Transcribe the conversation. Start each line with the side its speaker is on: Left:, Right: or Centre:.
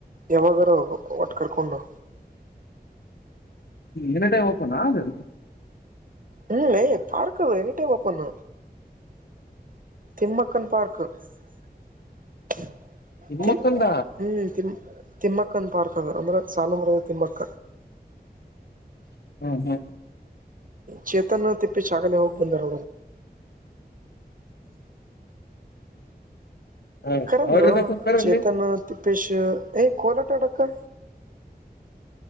Right: ಯಾವಾಗರುೂ ಒಟ್ಟು ಕರ್ಕೊಂಡು
Left: ಎನಿ ಟೈಮ್ ಓಪನ್ ಅದು
Right: ಹ್ಮಲ್ಲ ಪಾರ್ಕದು ಎನಿ ಟೈಮ್ ಓಪನ್ ತಿಮ್ಮಕ್ಕನ್ ಪಾರ್ಕ್ತಿ
Left: ಮತ್ತೊಂದ
Right: ಹ್ಮ್ ತಿ ನಿಮ್ಮಪ್ಪನ ಪಾರ್ಕ್ ಅಂದ್ರೆ ಸಾಲುಮರದ ತಿಮ್ಮಕ್ಕ
Left: ಹ್ಮ್ ಹ್ಮ್
Right: ಚೇತನ ತಿಪ್ಪೇಸ್ವಾಮಿ ಹೋಗಿ ಬಂದರೆ
Left: ಹ
Right: ಕರ
Left: ಅವ್ರದ
Right: ಬ್ರೋ
Left: ಕುತಾರಲ್ಲಿ
Right: ಚೇತನ್ನು ತಿಪ್ಪೇಶಿ ತಿಪ್ಪೇಶ ಕೋಲಟಡಕ್ಕೆ